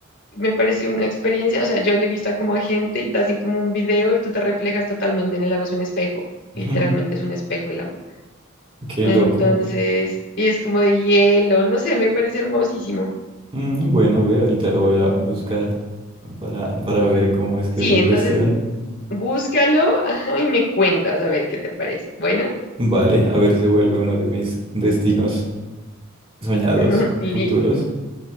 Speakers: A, on the left; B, on the right.
A: me parece una experiencia, o sea, yo le he visto a como a gente y te hacen como un video y tú te reflejas totalmente en el lago, es un espejo,
B: <laughs>
A: literalmente
B: Ujú,
A: es un espejo el agua.
B: Qué
A: Entonces,
B: loco.
A: y es como de hielo, no sé, me parece hermosísimo.
B: Mm, Bueno, ve, ahorita lo voy a buscar para, para ver cómo es que
A: Sí,
B: es la
A: entonces
B: cuestión.
A: Búscalo, ajá, y me cuentas a ver qué te parece. Bueno,
B: Vale, a ver si se vuelve uno de mis destinos soñados,
A: <laughs> li-
B: futuros.